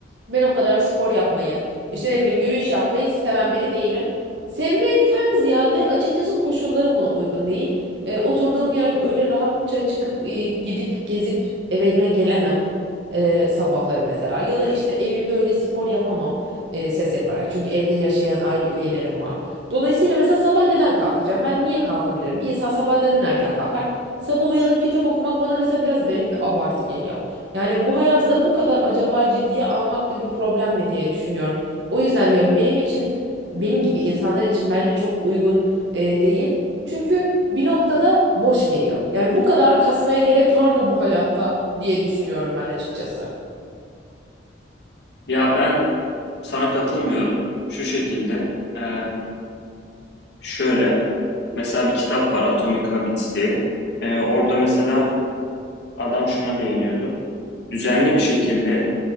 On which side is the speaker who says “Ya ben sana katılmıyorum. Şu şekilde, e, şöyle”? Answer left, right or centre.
Left